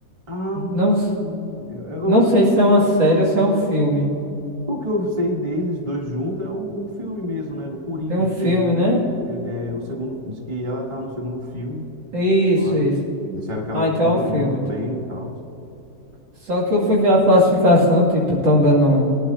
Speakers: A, on the right; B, on the right.
A: ah,
B: Não, s-
A: hum. eu,
B: não
A: eu,
B: sei se é uma
A: eu-
B: série ou se é um filme.
A: o que eu sei deles dois juntos é um, um filme mesmo, né? Do Coringa,
B: Tem um filme,
A: que teve um,
B: né?
A: e o- teve- é, o segundo, diz que ela tá no segundo filme.
B: Isso,
A: Agora,
B: isso.
A: disseram que ela
B: Ah,
A: atuou
B: então é um filme,
A: muito
B: então.
A: bem e tal.
B: Só que eu fui ver a classificação, tipo, estão dando.